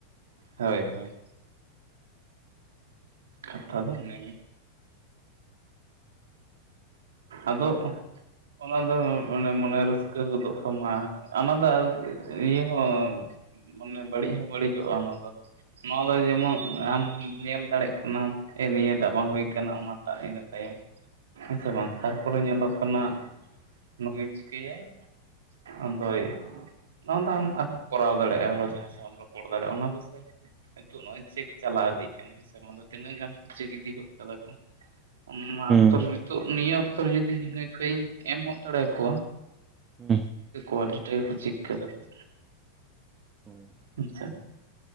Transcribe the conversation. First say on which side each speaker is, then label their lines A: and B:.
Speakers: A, on the right; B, on the right.
A: ᱦᱳᱭ ᱦᱳᱭ ᱠᱟᱛᱷᱟ ᱫᱚ ᱤᱱᱟᱹ ᱜᱮ ᱟᱫᱚ ᱚᱱᱟ ᱫᱚ ᱚᱱᱮ ᱢᱚᱱᱮ ᱨᱟᱹᱥᱠᱟᱹ ᱜᱚᱫᱚᱜ ᱛᱟᱢᱟ᱾ ᱚᱱᱟ ᱫᱚ ᱤᱭᱟᱹ ᱦᱚᱸ ᱢᱟᱱᱮ ᱵᱟᱹᱲᱤᱡ ᱦᱚᱸ ᱵᱟᱹᱲᱤᱡᱚᱜ-ᱟ ᱚᱱᱟ ᱫᱚ᱾ ᱱᱚᱣᱟ ᱫᱚ ᱡᱮᱢᱚᱱ ᱟᱢ ᱧᱮᱞ ᱫᱟᱲᱮᱭᱟᱜ ᱠᱟᱱᱟᱢ, ᱱᱤᱭᱟᱹ ᱴᱟᱜ ᱵᱟᱝ ᱦᱳᱭ ᱠᱟᱱᱟ, ᱚᱱᱟᱴᱟᱜ ᱦᱮᱡ ᱱᱟ ᱛᱟᱭᱚᱢ᱾ ᱦᱮᱸᱥᱮ ᱵᱟᱝ, ᱛᱟᱨᱯᱚᱨᱮ ᱧᱮᱞᱚᱜ ᱠᱟᱱᱟ᱾ ᱱᱚᱮ ᱪᱤᱠᱟᱹᱭᱟᱭ ᱚᱫᱚᱭ ᱱᱚᱣᱟ ᱫᱚ ᱟᱢ ᱟᱨᱢ ᱠᱚᱨᱟᱣ ᱫᱟᱲᱮᱭᱟᱜᱼᱟ᱾ ᱟᱨᱦᱚ ᱡᱟᱦᱟᱸᱭ ᱥᱟᱢ ᱨᱚᱯᱚᱲ ᱫᱟᱲᱮᱭᱟᱜᱼᱟ᱾ ᱚᱱᱟ ᱫᱚᱥᱮ ᱦᱳ ᱱᱚᱜᱼᱚᱭ ᱪᱮᱠ ᱪᱟᱞᱟᱣ ᱤᱫᱤᱜ ᱠᱟᱱᱟ᱾ ᱱᱚᱣᱟ ᱫᱚ ᱛᱤᱱᱟᱹᱜ ᱜᱟᱱ ᱠᱚ ᱪᱮᱠ ᱤᱫᱜᱚ ᱠᱟᱫᱟ ᱠᱚ᱾ ᱱᱟᱣᱟ
B: ᱦᱩᱸ
A: ᱚᱠᱛᱚᱨᱮ ᱱᱤᱛᱚᱜ ᱱᱤᱭᱜ ᱱᱤᱛᱳᱜ ᱡᱩᱫᱤ ᱦᱟᱺᱭ ᱯᱷᱟᱺᱭᱤᱧ ᱮᱢ ᱦᱚᱜ ᱫᱟᱲᱮ ᱠᱚᱣᱟ
B: ᱦᱩᱸ
A: <unintelligible> ᱟᱹᱰᱤ ᱴᱟ ᱜᱮᱠᱚ ᱪᱮᱠ ᱠᱮᱫᱟᱠᱚ
B: ᱦᱩᱸ
A: ᱟᱪᱪᱷᱟ